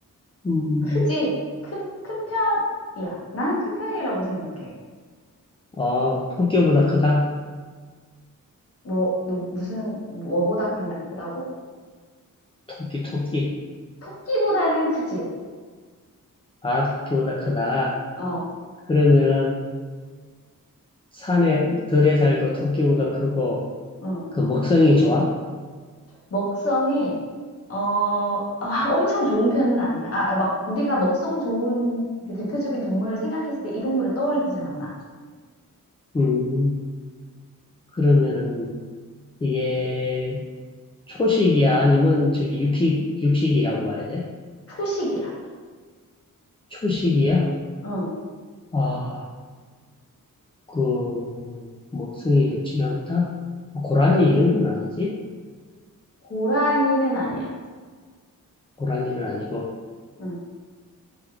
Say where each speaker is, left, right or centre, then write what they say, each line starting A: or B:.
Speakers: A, on the left (about 15°); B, on the left (about 40°).
A: 음,
B: 크지. 큰, 큰 편이야. 나는 큰 편이라고 생각해.
A: 어, 토끼보다 크다?
B: 뭐, 너 무슨, 뭐보다 크냐, 크다고?
A: 토끼, 토끼.
B: 토끼보다는 크지.
A: 아, 토끼보다 크다.
B: 어,
A: 그러면은, 산에 덜에 살고 토끼보다 크고
B: 응.
A: 그 먹성이 좋아?
B: 먹성이, 어, 아, 엄청 좋은 편은 아니야. 아, 아, 막, 우리가 먹성 좋은 그 대표적인 동물을 생각했을 때 이 동물을 떠올리진 않아.
A: 음, 그러면은 이게 초식이야? 아니면 저기 육식, 육식이라고 봐야 돼?
B: 초식이야.
A: 초식이야?
B: 응.
A: 아, 그 먹성이 좋진 않다? 고라니 이런 건 아니지?
B: 고라니는 아니야.
A: 고라니는 아니고.
B: 응.